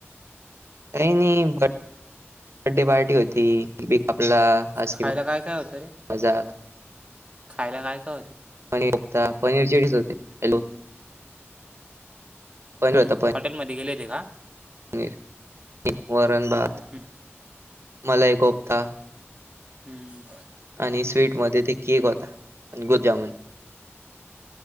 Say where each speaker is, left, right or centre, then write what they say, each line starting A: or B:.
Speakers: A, on the right; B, on the right.
A: काही नाही भ- बड्डे पार्टी होती. केक कापला, आईस्क्रिम
B: खायला
A: आण -हशी
B: काय काय होतं रे
A: म मजाक.
B: खायला काय काय होतं
A: पनीर कोफ्ता, पनीर चिलीच होती. हॅलो. पनीर
B: हम्म.
A: होता
B: हॉटेलमध्ये गेले होते का?
A: पनीर. वरणभात,
B: हं,
A: मलाई कोफ्ता.
B: हम्म
A: आणि स्वीट मध्ये ते केक होता आणि गुजामुन.